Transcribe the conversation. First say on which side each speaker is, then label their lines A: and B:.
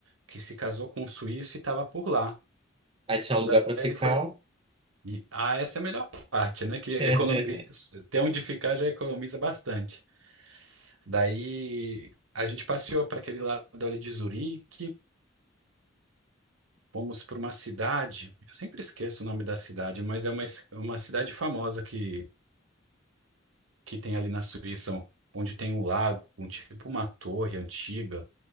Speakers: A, on the right (about 85°); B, on the right (about 25°).
A: que se casou com um suíço e estava por lá.
B: Aí tinha lugar
A: Daí
B: pra ficar?
A: ele foi. E, ah, essa é a melhor parte, né? Que econom...
B: <laughs>
A: ter onde ficar já economiza bastante. Daí a gente passeou para aquele lado ali de Zurique. Fomos para uma cidade, eu sempre esqueço o nome da cidade, mas é uma, es- uma cidade famosa que, que tem ali na Suíça, onde tem um lago, um tipo uma torre antiga.